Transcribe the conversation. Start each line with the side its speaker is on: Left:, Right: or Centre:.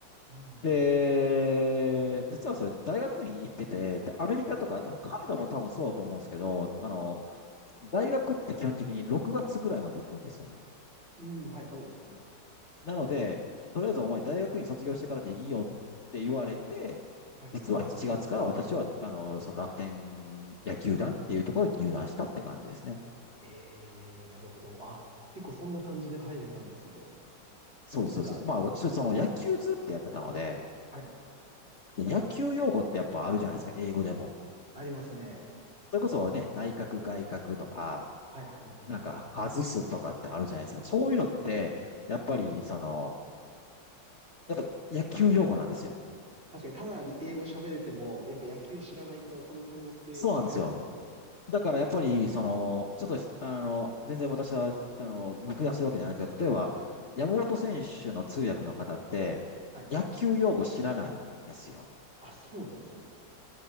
Right: うんうん。
Left: で、実はそれ大学院行ってて、で、アメリカとか、
Right: はい。
Left: カナダも多分そうだと思うんですけど、あの、大学って基本的に6月ぐらいまで行くんですよね。
Right: うん、はい、そうですね。
Left: なので、とりあえずお前大学院卒業してからでいいよって言われて、
Right: はい。
Left: 実は7月から私は、あの、その楽天野球団っていうところに入団したって感じですね。
Right: えー、なるほど。あ、
Left: はい
Right: 結構そんな感じで入れたんですね。
Left: そうです、
Right: なんか、
Left: そうです。まあ私、その野球ずっとやってたので、
Right: はい。
Left: 野球用語ってやっぱあるじゃないですか、英語でも。
Right: ありますね。
Left: それこそね、内角外角とか、
Right: はいはいはい。
Left: なんか外すとかってあるじゃないですか。そういうのって、やっぱりその、やっぱ野球用語なんですよ。
Right: 確かに、ただ英語喋れても、やっぱ野球知らないと、その単語って違いますもんね。
Left: そうなんですよ。だからやっぱり、その、ちょっと、あの、全然私は、あの、見下してるわけじゃないですけど、例えば、山本選手の通訳の方って、
Right: はい。
Left: 野球用語知らないんですよ。
Right: あ、そうなんですね。